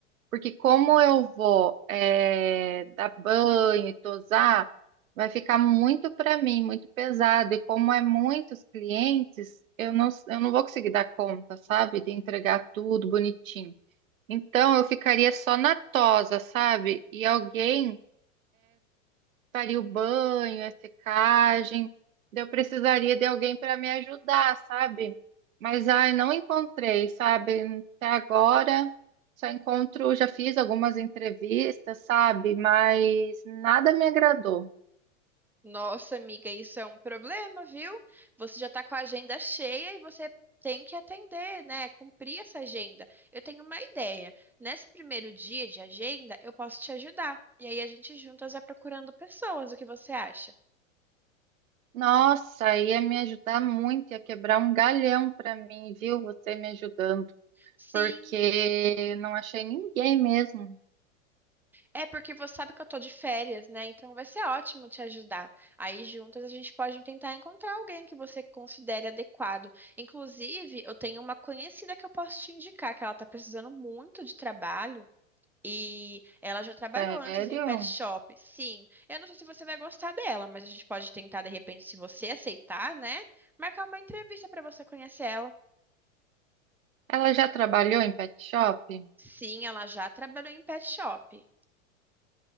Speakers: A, on the right; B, in the centre.
A: Porque como eu vou eh, dar banho e tosar, vai ficar muito para mim, muito pesado. E como é muitos clientes, eu não, eu não vou conseguir dar conta, sabe? De entregar tudo bonitinho. Então eu ficaria só na tosa, sabe? E alguém faria o banho, a secagem. daí Eu precisaria de alguém para me ajudar, sabe? Mas ai, não encontrei, sabe? Até agora só encontro, já fiz algumas entrevistas, sabe? Mas nada me agradou.
B: Nossa, amiga, isso é um problema, viu? Você já tá com a agenda cheia e você tem que atender, né? Cumprir essa agenda. Eu tenho uma ideia. Nesse primeiro dia de agenda, eu posso te ajudar. E aí a gente juntas vai procurando pessoas. O que você acha?
A: Nossa, ia me ajudar muito, ia quebrar um galhão para mim, viu? Você me ajudando,
B: Sim,
A: porque não achei ninguém mesmo.
B: é porque você sabe que eu tô de férias, né? Então vai ser ótimo te ajudar. Aí juntas a gente pode tentar encontrar alguém que você considere adequado. Inclusive, eu tenho uma conhecida que eu posso te indicar, que ela tá precisando muito de trabalho. E ela já trabalhou
A: Sério?
B: antes em pet shop. Sim, eu não sei se você vai gostar dela, mas a gente pode tentar, de repente, se você aceitar, né? Marcar uma entrevista para você conhecer ela.
A: Ela já trabalhou em pet shop?
B: Sim, ela já trabalhou em pet shop.